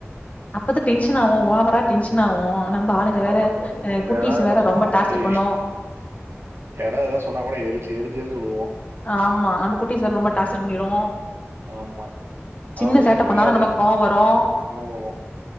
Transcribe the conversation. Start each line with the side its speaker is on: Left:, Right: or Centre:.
Left: அப்பதா டென்ஷன் ஆவு ஓவரா டென்ஷன் ஆவு நம்ம ஆளுங்க
Right: ஆமா
Left: வேற அ குட்டீஸ்
Right: யாராவது யதாவ்து
Left: வேற
Right: சொன்னாகூட
Left: ரொம்ப டார்ச்சர்
Right: இப்டே
Left: பண்ணு
Right: யாராவது எதா சொன்னா கூட எரிச்சு எரி்ஞ்சு எரிஞ்சு விழுவோ
Left: ஆமா நம்ம குட்டி சார் ரொம்ப டார்சர் பண்ணிரு
Right: ஆமா.
Left: சின்ன
Right: அவங்களுக்கு
Left: சேட்ட
Right: புரியாது
Left: பண்ணாலு நமக் கோபரோ
Right: கோவம் வரும்.